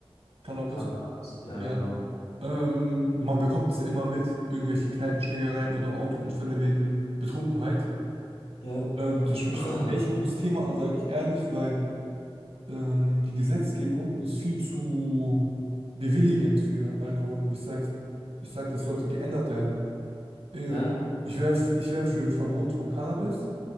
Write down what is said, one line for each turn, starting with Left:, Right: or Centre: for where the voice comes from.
Right: Cannabis.
Left: Cannabis. Ja,
Right: Ja.
Left: genau.
Right: Ähm, man bekommt es ja immer mit, irgendwelche Kneipenschlägereien oder Autounfälle wegen Betrunkenheit.
Left: Ja.
Right: Ähm, das spricht
Left: <clears throat>
Right: ein echt gutes Thema an, sage ich ehrlich, weil ähm, die Gesetzgebung ist viel zu bewilligend für Alkohol. Ich sag, ich sag, das sollte geändert werden. Äh,
Left: Ja.
Right: Ich wäre ich wär für ein Verbot von Cannabis,